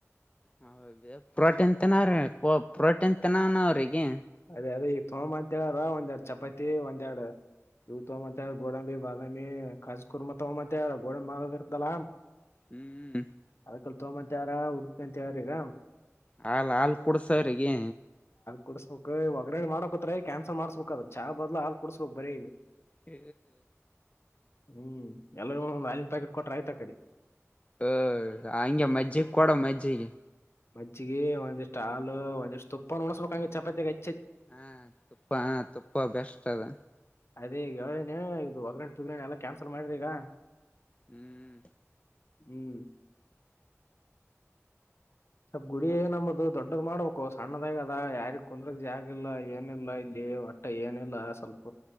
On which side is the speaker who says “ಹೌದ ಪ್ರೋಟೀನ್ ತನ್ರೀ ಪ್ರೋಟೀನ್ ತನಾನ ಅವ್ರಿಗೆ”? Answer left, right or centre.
Left